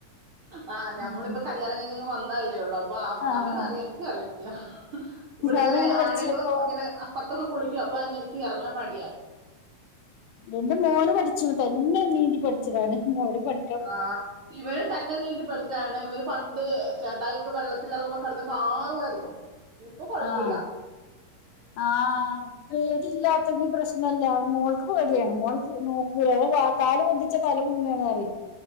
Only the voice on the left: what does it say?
ഉം
ആഹ്
അവനെങ്ങനെ
പഠിച്ചപ്പോ
എന്റെ മോന് പഠിച്ച തന്നെ നീന്തി പഠിച്ചതാണ് അവിടെ പഠി
ആഹ് ആഹ് പേടില്ല ങ്കി പ്രശ്നല്ല മോൾക്ക് പേടിയാണ് മോൾ നോക്കൂലാ ഓള് വ കാല് പൊന്തിച്ച് തലമുങ്ങാണ്